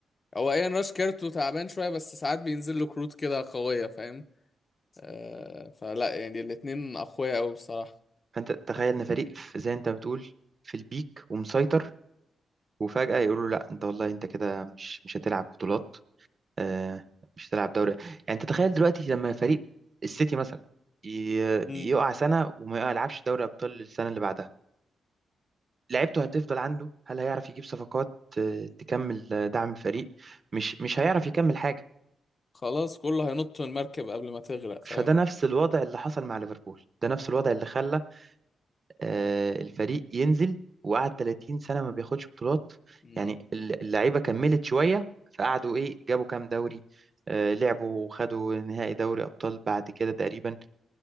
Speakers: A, on the left; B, on the right.
A: هو ايان راش كارته تعبان شوية بس ساعات بينزل له كروت كده قوية فاهم آه فلا يعني الاتنين اقوياء قوي بصراحة
B: فانت تخيل ان فريق في- زي انت بتقول في البيك ومسيطر وفجأة يقولوا له لا انت والله انت كده مش مش هتلعب بطولات آه، مش هتلعب دوري يعني انت تخيل دلوقتي لما فريق السيتي مثلا ي-
A: مم.
B: يقع سنة وما يلعبش دوري ابطال السنة اللي بعدها لعيبته هتفضل عنده هل هيعرف يجيب صفقات آه، تكمل آه، دعم الفريق مش مش هيعرف يكمل حاجة
A: خلاص كله هينط من المركب قبل ما تغرق فاهم
B: فده نفس الوضع اللي حصل مع ليفربول ده نفس الوضع اللي خلى آه، الفريق ينزل وقعد 30 سنة ما بياخدش بطولات
A: مم.
B: يعني الل- اللعيبة كملت شوية فقعدوا ايه جابوا كام دوري آه، لعبوا وخدوا نهائي دوري أبطال بعد كده تقريبا